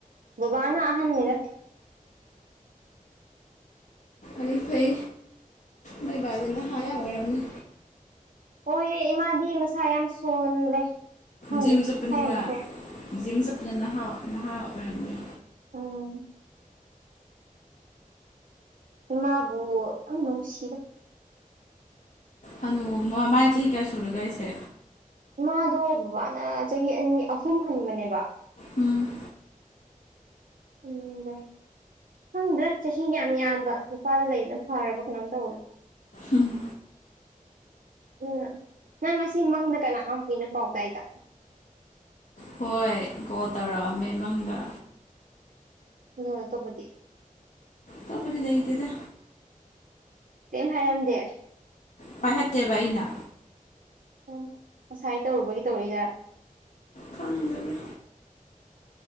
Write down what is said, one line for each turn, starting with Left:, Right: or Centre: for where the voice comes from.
Right: ꯕꯥꯕꯅ ꯑꯍꯟꯅꯤꯗ
Left: ꯑꯩ ꯐꯩ ꯅꯣꯏꯕꯗꯨꯅ ꯍꯥ ꯌꯥꯝ ꯑꯣꯏꯔꯝꯅꯤ
Right: ꯍ ꯏꯃꯥꯗꯤ ꯃꯁꯥ ꯌꯥꯝ ꯁꯣꯜꯂꯦ ꯈꯪꯗꯦ
Left: ꯖꯤꯝ ꯆꯠꯄꯅꯤꯅ
Right: ꯃꯁꯥ ꯌꯥꯝ ꯁꯣꯂꯦ
Left: ꯖꯤꯝ ꯆꯠꯄꯅ ꯅꯍꯥ ꯅꯍꯥ ꯑꯣꯏꯔꯝꯃꯤ
Right: ꯎꯝ ꯃꯥꯕꯨ ꯌꯥꯝ ꯅꯨꯡꯁꯤꯔ
Left: ꯑꯣ ꯃꯃꯥꯏ ꯆꯍꯤ ꯀꯌꯥ ꯁꯨꯔꯒꯦ ꯑꯩꯁꯦ
Right: ꯃꯥꯗꯣ ꯕꯕꯥꯅ ꯆꯍꯤ ꯑꯅꯤ ꯑꯍꯨꯝ ꯍꯟꯕꯅꯦꯕ
Left: ꯎꯝ
Right: ꯎꯝꯗ ꯈꯪꯗ꯭ꯔꯥ ꯆꯍꯤꯒ ꯌꯥꯝ ꯌꯥꯝꯕ ꯅꯨꯄꯥꯗ ꯂꯩꯕꯅ ꯐꯔꯕ ꯀꯩꯅꯣꯝ ꯇꯧꯔꯦ
Left: ꯎꯝ
Right: ꯎꯝ ꯅꯪ ꯉꯁꯤ ꯃꯪꯗ ꯀꯅꯥꯅꯣꯝ ꯀꯨꯏꯅꯣ ꯄꯥꯎꯗꯥꯏꯗ
Left: ꯍꯣꯏ ꯒꯣ ꯇꯔꯛꯑꯃꯦ ꯃꯪꯗ
Right: <unintelligible> ꯇꯣꯄꯗꯤ
Left: ꯇꯕꯗꯤ ꯂꯩꯗꯦꯗ
Right: ꯇꯦꯝ ꯍꯥꯏꯔꯝꯗꯦ
Left: ꯄꯥꯏꯈꯠꯇꯦꯕ ꯑꯩꯅ
Right: ꯎ ꯉꯁꯥꯏ ꯇꯧꯔꯨꯕꯒꯤ ꯇꯧꯔꯏꯖꯥꯔ
Left: ꯈꯪꯗꯗ